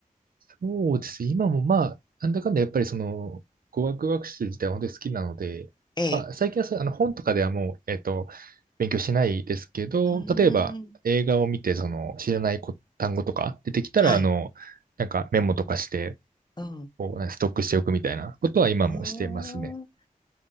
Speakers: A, on the right; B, on the left.
A: そうですね。今もまあ、なんだかんだやっぱりその、語学学習自体は本当に好きなので、
B: ええ。
A: まあ、最近はそうあの本とかではもう、えっと、勉強しないですけど、
B: うー
A: 例えば映画を見て、
B: ん。
A: その、知らないこ単語とか出てきたら、
B: はい。
A: あの、なんかメモとかして、
B: うん。
A: こうね、ストックしておくみたいなことは今もしてますね。
B: うーん。